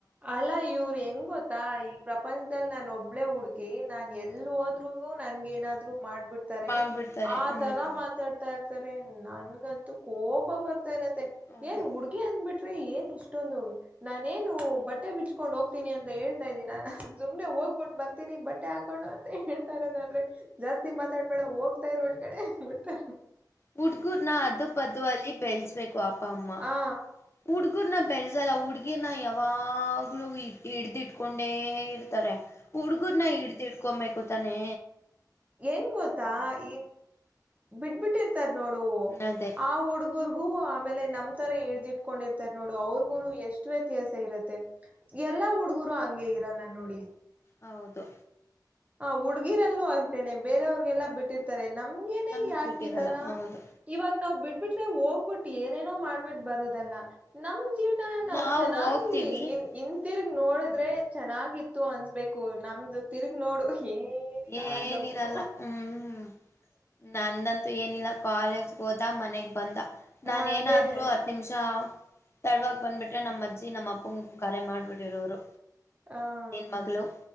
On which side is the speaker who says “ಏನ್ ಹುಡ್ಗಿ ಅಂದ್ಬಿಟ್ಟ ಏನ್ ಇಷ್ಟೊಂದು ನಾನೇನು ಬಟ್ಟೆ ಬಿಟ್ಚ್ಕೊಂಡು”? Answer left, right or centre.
Right